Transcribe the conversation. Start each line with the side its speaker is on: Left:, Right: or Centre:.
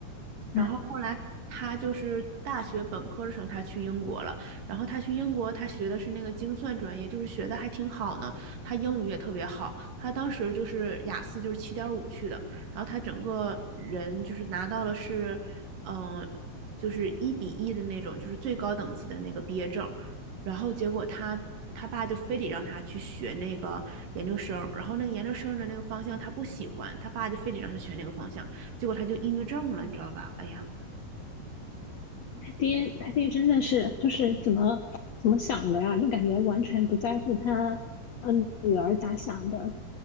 Right: 然后后来他就是大学本科的时候，
Left: 唉，
Right: 他去英国了。然后他去英国，他学的是那个精算专业，就是学的还挺好呢。他英语也特别好，他当时就是雅思就是七点五去的。然后他整个人就是拿到了是，嗯、就是一比一的那种，就是最高等级的那个毕业证。然后结果他他爸就非得让他去学那个研究生，然后那个研究生的那个方向他不喜欢，他爸就非得让他学那个方向。结果他就抑郁症了，你知道吧？哎呀，
Left: 爹，他爹真的是就是怎么怎么想的呀？就感觉完全不在乎他嗯女儿咋想的。